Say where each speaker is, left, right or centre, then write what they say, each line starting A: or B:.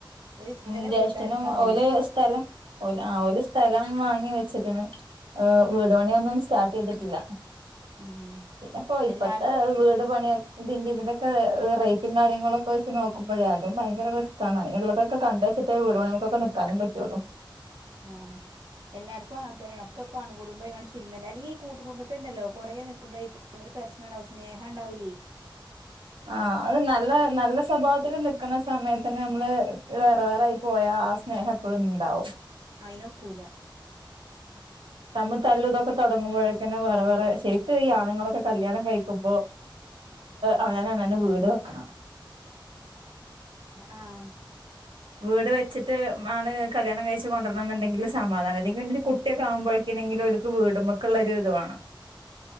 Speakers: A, on the right; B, on the right.
A: അത്
B: ഉ
A: ചില
B: ജ്യേഷ്ഠനും
A: വീട്ടുകാരുണ്ട് അങ്ങനെ
B: ഓല സ്ഥലംഓ ആല സ്ഥലം വാങ്ങി വെച്ചിട്ടണ് വീടപണിൊന്നും സ്റ്റാർട്ട് ചെയ്തിട്ടില്ല
A: ഉം
B: പിന്നെപ്പോൊ ഇപ്പത്തെ
A: എല്ലാർക്കും
B: വീട് പണിയ ഇതിന്റെ ഇതിന്റെറെൊക്ക റേറ്റും കാര്യങ്ങളൊക്കെച്ച് നോക്കുമ്പോഴേ അതും ഭയങ്ക റിസ് ആാണ് അതിനുള്ളതൊക്കെ കണ്ട ഇത്തെ വീട് പണിക്കെക്കാനും പറ്റുള്ളൂ
A: ആഹ് എല്ലാർക്കും അങ്ങന തന്നെയാണ് ഒക്കെപ്പണ് കുടുംബ കാ ചുരുങ്ങല്ല അല്ലങ്ക ഈ കൂട്ട കുടുംബത്തണ്ടല്ലോ കൊറെ നിൽക്കുമ്പോൾ ഈ തമിൽ പ്രശ്നംുണ്ടാവും സ്നേഹം ഉണ്ടാവലേ
B: ആ അത് നല്ല നല്ല സ്വഭാവത്തിൽ നക്കണ സമയത്തന്നെ നമ്മള് വേറെ വേറൊയി പോയാ ആ സ്നേഹം എപ്പോഴും ഉണ്ടാവും
A: അയിനോക്കൂല
B: നമ്മ തല്ലു ഇതൊക്കെ തുടങ്ങ്പോഴക്കന്നെ വേറെ വേറെ ശരിക്കും ഈ ആണുങ്ങളൊക്കെ കല്യാണം കഴിക്കുമ്പോ് ആ ഞാന അെ വീട് വെക്കണം
A: ആഹ
B: വീട് വെച്ചിട്ട് ആണ് കല്യാണം കഴിച്ചച്ച് കൊണ്ടുവരണം എന്നുണ്ടെങ്കിൽ സമാധാനം അല്ലെങ്കിൽരു കുട്ടിയൊക്കെ ആുമ്പോഴേക്കണെങ്കിൽ അവക്ക് വീടുമ്മൊക്കള്ള ഒരു ഇത് വേണം